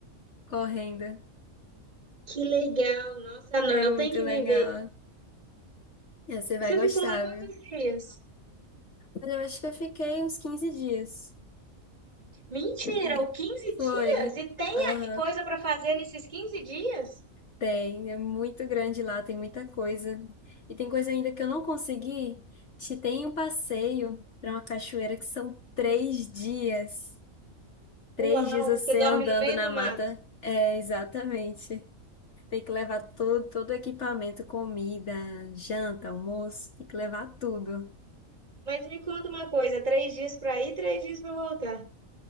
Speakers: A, on the left; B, on the right.
A: correndo.
B: Que legal, nossa, não,
A: É
B: eu
A: muito
B: tenho que
A: legal.
B: viver.
A: Você vai
B: E você
A: gostar,
B: ficou lá quantos
A: viu?
B: dias?
A: Olha, Eu acho que eu fiquei uns 15 dias.
B: Mentira,
A: É.
B: o 15
A: Foi.
B: dias? E tem
A: Aham.
B: coisa para fazer nesses 15 dias?
A: Tem, é muito grande lá, tem muita coisa. E tem coisa ainda que eu não consegui. Te tem um passeio para uma cachoeira que são três dias. Três
B: Uau,
A: dias você
B: você dorme
A: andando
B: no meio
A: na
B: do
A: mata.
B: mato.
A: É, exatamente. Tem que levar todo, todo o equipamento, comida, janta, almoço, tem que levar tudo.
B: Mas me conta uma coisa, três dias para ir, três dias para voltar.